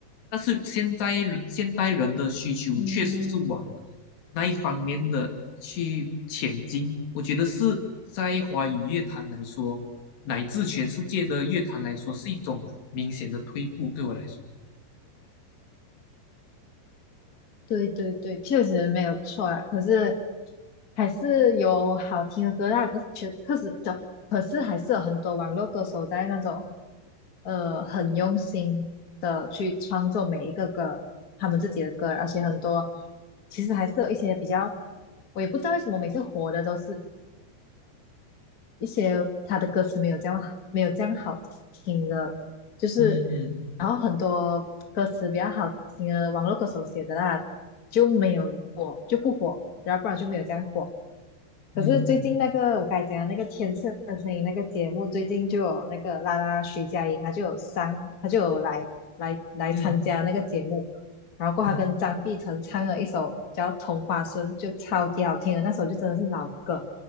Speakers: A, on the left; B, on the left.
A: 但是现在人现代人的需求确实是往
B: 嗯，
A: 那一方面的去前进。我觉得是在华语乐坛来说，乃至全世界的乐坛来说，是一种明显的退步。对我来说，
B: 对对对，确实没有错啦。可是还是有好听的歌啦，可是确可是的，可是还是有很多网络歌手在那种呃很用心的去创作每一个歌，他们自己的歌，而且很多其实还是有一些比较，我也不知道为什么每次火的都是一些他的歌词没有这样没有这样好听的，就是
A: 嗯嗯嗯
B: 然后很多歌词比较好听的网络歌手写的啦，就没有火就不火，然后不然就没有这样火。可是最近那个我刚才讲的那个天赐的声音那个节目，
A: 嗯嗯
B: 最近就有那个啦啦徐佳莹，她就有上，她就有来来来参加那个节目，
A: 嗯
B: 然后过后她跟张碧晨唱了一首叫《同花顺》，
A: 嗯，
B: 就超级好听的，那首就真的是老歌，